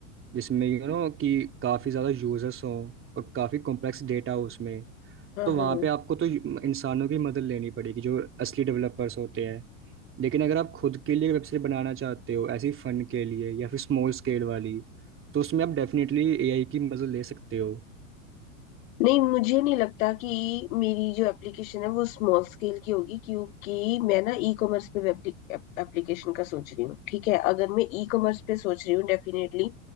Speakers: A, on the right; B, on the left.
A: जिसमें यू नो कि काफ़ी ज़्यादा यूजर्स हों और काफ़ी कॉम्प्लेक्स डेटा हो उसमें
B: हाँ
A: तो
B: हाँ
A: वहां पे आपको तो इंसानों की मदद लेनी पड़ेगी जो असली डेवलपर्स होते हैं लेकिन अगर आप खुद के लिए वेबसाइट बनाना चाहते हो ऐसी फंड के लिए या फिर स्मॉल स्केल वाली तो उसमें आप डेफिनेटली एआई की मदद ले सकते हो
B: नहीं मुझे नहीं लगता कि मेरी जो एप्लीकेशन है वो स्मॉल स्केल की होगी क्योंकि मैं ना ई कॉमर्स पे एप्लीकेशन का सोच रही हूँ ठीक है अगर मैं ई कॉमर्स पे सोच रही हूँ डेफिनेटली